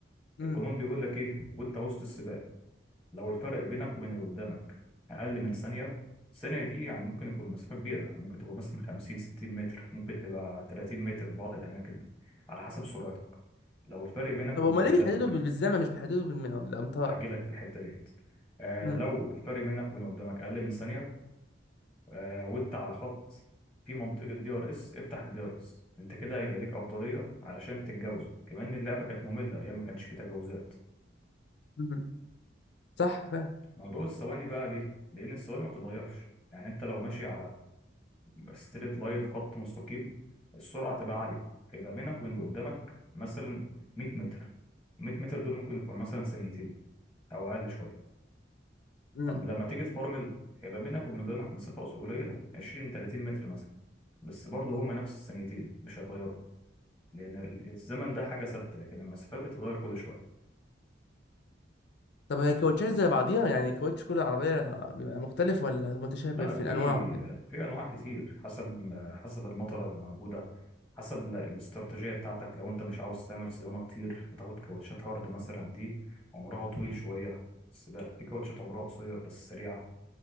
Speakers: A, on the left; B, in the centre.
A: امم
B: القانون بيقول لك ايه وانت وسط السباق لو الفرق بينك وبين اللي قدامك اقل من ثانيه الثانيه دي يعني ممكن يكون مسافه كبيره ممكن تكون مثلا 50 60 متر ممكن تبقى 30 متر في بعض الاماكن على حسب سرعتك لو الفرق بينك
A: طب
B: وبين
A: هما
B: اللي
A: ليه
B: قدامك
A: بيحددوا بال- بالزمن مش بيحددوا بالم- بالامتار
B: هعجلك في الحته ديت آه
A: امم
B: لو الفرق بينك وبين اللي قدامك اقل من ثانيه آه وانت على خط في منطقه دي ار اس افتح الدي ار اس انت كده هيبقى ليك افضليه علشان تتجاوزه كمان اللعبه كانت ممله ايام ما كانش فيه تجاوزات
A: امم صح
B: موضوع الثواني بقى ليه؟ لأن الثواني ما بتتغيرش يعني أنت لو ماشي على ستريت لاين خط مستقيم السرعة تبقى عالية فيبقى بينك وبين اللي قدامك مثلا 100 متر 100 متر دول ممكن يكون مثلا ثانيتين أو أقل شوية
A: فاهم
B: طب لما تيجي تفورمل هيبقى بينك وبين اللي قدامك مسافة قليلة 20 30 متر مثلا بس برضه هما نفس الثانيتين مش هيتغيروا لأن الزمن ده حاجة ثابتة لكن المسافات بتتغير كل شوية
A: طب هي كاوتشات زي بعضيها يعني كاوتش كل عربية بيبقى مختلف ولا متشابه
B: لا
A: في
B: في
A: الأنواع وكده
B: في انواع كتير حسب حسب المطره اللي موجوده حسب ال- الاستراتيجيه بتاعتك لو انت مش عاوز تعمل صيانه كتير فتاخد كاوتشات هارد مثلا دي عمرها طويل شويه بس بقى في كاوتشات عمرها قصير بس سريعه